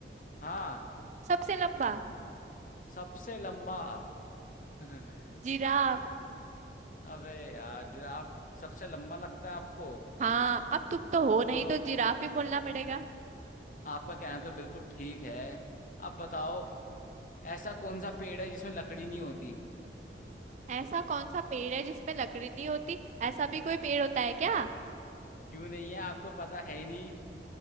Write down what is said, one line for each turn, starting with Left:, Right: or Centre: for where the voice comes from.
Left: हाँ
Right: सबसे लंबा
Left: सबसे लंबा <laughs>
Right: जिराफ
Left: अबे यार जिराफ सबसे लंबा लगता है आपको
Right: हाँ अब तुम तो हो
Left: चलो
Right: नहीं तो जिराफ ही बोलना पड़ेगा
Left: आपका कहना तो बिल्कुल ठीक है अब बताओ ऐसा कौन सा पेड़ है जिसमें लकड़ी नहीं होती
Right: ऐसा कौन सा पेड़ है जिसमें लकड़ी नहीं होती ऐसा भी कोई पेड़ होता है क्या
Left: क्यों नहीं है आपको पता है ही नहीं